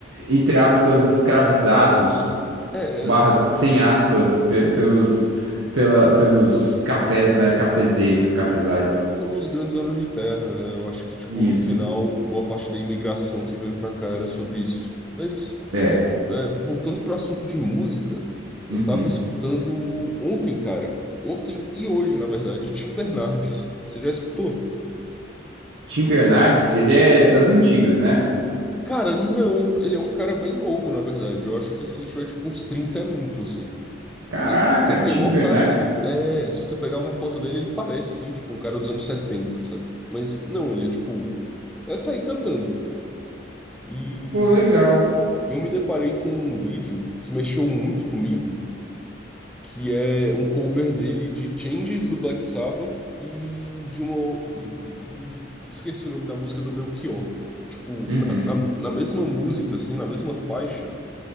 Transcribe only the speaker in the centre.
é,
é, foi
pelos,
pelos grandes anos de terra, né? Eu acho que, tipo,
no final, boa parte da imigração que veio pra cá era sobre isso. Mas.
É, voltando para o assunto de música, eu
tava escutando ontem, cara. Ontem e hoje, na verdade, Tim Bernardes. Você já escutou?
Cara, não. Ele é um cara bem novo, na verdade. Eu acho que se ele tiver, tipo, uns 30 é muito, assim.
E- Ele tem
mó
cara... É, se você pegar uma foto dele, ele parece, sim, tipo, um cara dos anos 70, sabe? Mas não, ele é, tipo... É, tá aí cantando. E...
E eu me deparei com um vídeo que mexeu muito comigo, que é um cover dele de Changes do Black Sabbath e de uma. E, e- e- esqueci o nome da música do Belchior. Tipo,
na, na, na mesma música, assim, na mesma faixa,